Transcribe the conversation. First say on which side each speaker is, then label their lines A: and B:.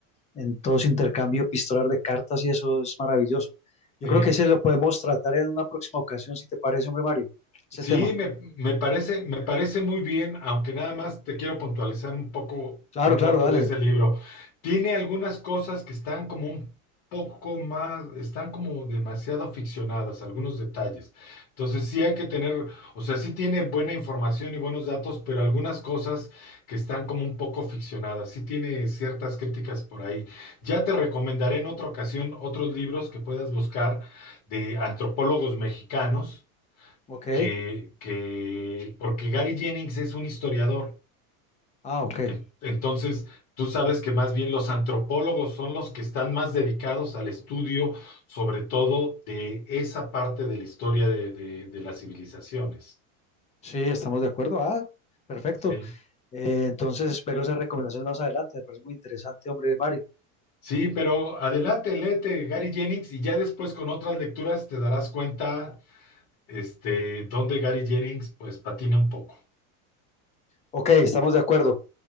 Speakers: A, on the left; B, on the left.
A: en todo ese intercambio epistolar de cartas y eso es maravilloso. Yo
B: Sí.
A: creo que ese lo podemos tratar en una próxima ocasión, si te parece, hombre Mario, ese
B: Sí,
A: tema.
B: me, me parece, me parece muy bien, aunque nada más te quiero puntualizar un poco
A: Claro,
B: un
A: claro,
B: dato
A: dale.
B: de ese libro. Tiene algunas cosas que están como un poco más, están como demasiado ficcionadas, algunos detalles. Entonces sí hay que tener, o sea, sí tiene buena información y buenos datos, pero algunas cosas que están como un poco ficcionadas. Sí tiene ciertas críticas por ahí. Ya te recomendaré en otra ocasión otros libros que puedas buscar de antropólogos mexicanos
A: Ok.
B: que, que, porque Gary Jennings es un historiador.
A: Ah, ok.
B: En- Entonces, tú sabes que más bien los antropólogos son los que están más dedicados al estudio, sobre todo de esa parte de la historia de, de- de las civilizaciones.
A: Sí, estamos de acuerdo. Ah, perfecto.
B: Sí.
A: Eh, entonces espero esas recomendaciones más adelante. Me parece muy interesante, hombre, Mario.
B: Sí, pero adelante, léete Gary Jennings y ya después con otras lecturas te darás cuenta, este, dónde Gary Jennings pues patina un poco.
A: Ok, estamos de acuerdo.